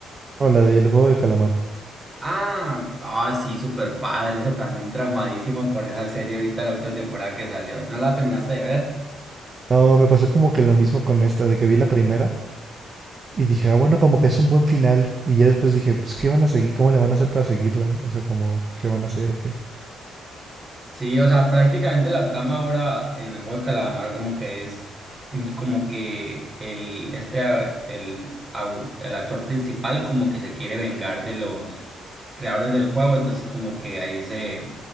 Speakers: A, on the right (about 40°); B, on the right (about 20°).
A: No, la del juego de calamar.
B: Ah, ah, sí, súper padre, esa también traumadísimo con esa serie ahorita, la última temporada que salió. ¿No la terminaste de ver?
A: No, me pasó como que lo mismo con esta, de que vi la primera y dije, ah, bueno, como que es un buen final. Y ya después dije, pues, ¿qué van a seguir? ¿Cómo le van a hacer para seguirla? O sea, como, ¿qué van a hacer o qué?
B: Sí, o sea, prácticamente la trama ahora en el juego de calamar como que es mm, como que el este a- el, au- el actor principal como que se quiere vengar de los creadores del juego, entonces como que ahí se,